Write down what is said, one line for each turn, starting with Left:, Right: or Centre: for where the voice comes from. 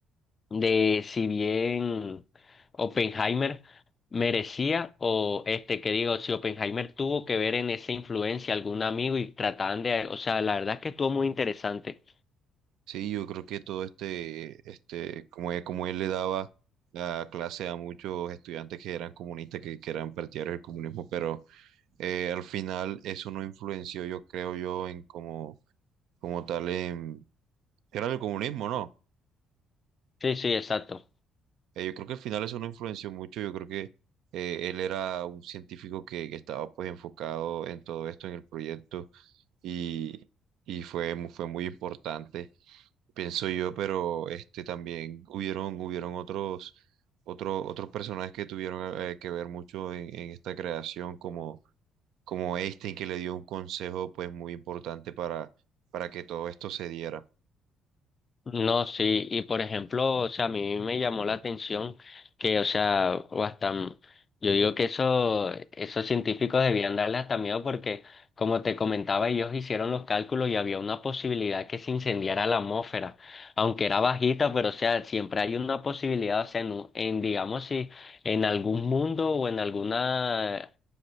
Left: de si bien Oppenheimer merecía o este que digo, si Oppenheimer tuvo que ver en esa influencia algún amigo y trataban de, o sea, la verdad es que estuvo muy interesante.
Right: sí, yo creo que todo este, este, como él, como él le daba la clase a muchos estudiantes que eran comunistas, que, que eran partidarios del comunismo, pero eh, al final eso no influenció, yo creo yo, en como, como tal, en, era el comunismo, ¿no?
Left: Sí, sí, exacto.
Right: Eh, yo creo que al final eso no influenció mucho. Yo creo que eh, él era un científico que, que estaba pues enfocado en todo esto, en el proyecto, y, y fue, mu- fue muy importante, pienso yo, pero este también hubieron, hubieron otros, otro- otros personajes que tuvieron eh, eh, que ver mucho en, en esta creación, como, como Einstein, que le dio un consejo pues muy importante para, para que todo esto se diera.
Left: No, sí, y por ejemplo, o sea, a mí me llamó la atención que, o sea, o hasta, m- yo digo que eso, esos científicos debían darle hasta miedo porque, como te comentaba, ellos hicieron los cálculos y había una posibilidad que se incendiara la atmósfera, aunque era bajita, pero, o sea, siempre hay una posibilidad, o sea, en, u- en, digamos, si en algún mundo o en alguna